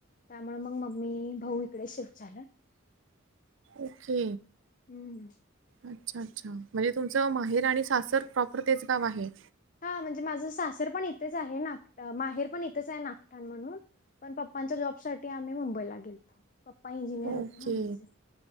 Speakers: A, on the left; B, on the right.
A: त्यामुळे मंग मम्मी, भाऊ इकड शिफ्ट झालं.
B: ओके,
A: हम्म
B: अच्छा-अच्छा. म्हणजे तुमचं माहेर आणि सासर, प्रॉपर तेच गाव आहे?
A: हा म्हणजे माझं सासर पण इथच आहे, नाग माहेर पण इथच आहे नागठाण म्हणून. पण पप्पांच्या जॉब साठी आम्ही मुंबईला गेलतो, पप्पा इंजिनियर
B: ओके.
A: होते ना माझे.